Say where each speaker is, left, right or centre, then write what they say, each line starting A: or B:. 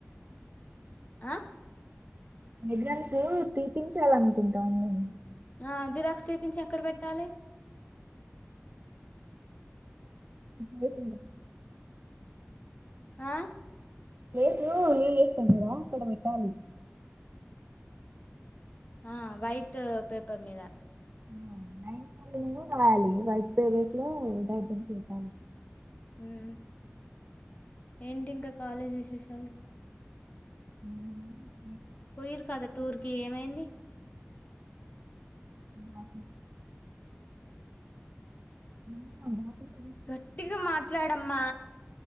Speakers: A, on the left (about 40°); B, on the right (about 50°).
A: ఆ
B: ఎగ్జామ్స్ తీపించాలనుకుంటా ఉండా
A: ఆ జిరాక్స్ తీపించి ఎక్కడ పెట్టాలి
B: ప్లేస్
A: ఆ
B: ఏసు లీవ్ చేస్తుంది గా అక్కడ పెట్టాలి
A: ఆహా వైట్ పేపర్ మీద
B: <unintelligible> రాయాలి వైట్ పేజెస్ లో డయాగ్రమ్స్ ఏద్ధం
A: ఉహ్ ఏంటి ఇంకా కాలేజ్ విశేషాలు
B: హ
A: పోయిరు కదా టూర్ కి ఏమైంది
B: ఆ <unintelligible>
A: గట్టిగా మాట్లాడమ్మా